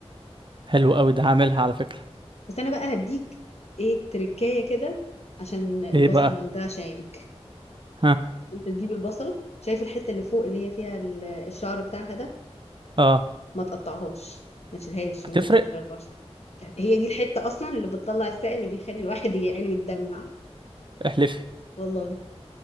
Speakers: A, on the right; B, on the left.
A: حلوة اوي ده هعملها على فكرة
B: بس أنا بقى هديك إيه تركاية كده عشان البصل
A: ايه بقى
B: ما يوجعش عينك
A: ها
B: انت تجيب البصله شايف الحته اللي فوق اللي هي فيها ال- الشعر بتاعها ده
A: اه
B: ما تقطعهاش ما تشيلهاش
A: هتفرق
B: وانت بتقشر البشره هي دي الحته اصلا اللي بتطلع السائل اللي بيخلي الواحد يعني يتدمع
A: احلفي
B: والله